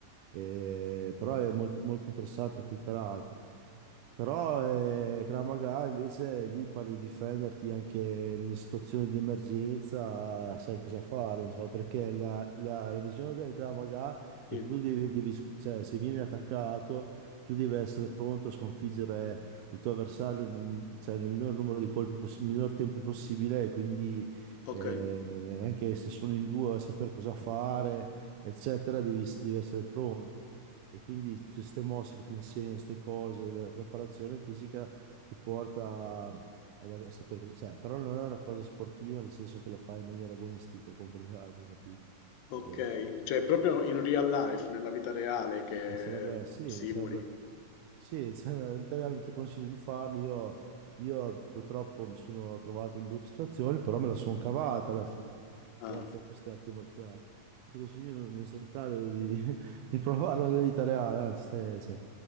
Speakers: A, on the right (about 75°); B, on the left (about 85°).
A: Eh, però è molto, molto interessante anche il karate. Però eh, Krav Maga invece lì impari a difenderti anche nelle situazioni di emergenza, sai cosa fare, insomma, perché la, la- la visione del Krav Maga
B: Sì,
A: è che tu devi, devi sc- cioè, se vieni attaccato, tu devi essere pronto a sconfiggere il tuo avversario nel, cioè, nel minor numero di colpi, poss- nel minor tempo possibile, e quindi
B: ok,
A: eh, anche se sono in due, a sapere cosa fare, eccetera, devi, devi essere pronto. E quindi tutte queste mosse che ti insegnano, queste cose, la preparazione fisica ti porta a, ad ave- a sapere cosa, cioè, però non è una cosa sportiva, nel senso che lo fai in maniera agonistica contro gli altri, capito?
B: ok.
A: Eh,
B: Cioè, è proprio in real life, nella vita reale che
A: eh, sarebbe, sì,
B: simuli.
A: sarebbe. Sì, cioè, nella vita reale non ti consiglio di farlo. Io, io purtroppo mi sono trovato in brutte situazioni, però me la sono cavata alla fine,
B: Ah.
A: grazie a queste arti marziali. Ti consiglio di non non cercare di, <laughs> di provarla nella vita reale, anzi, stai- cioè,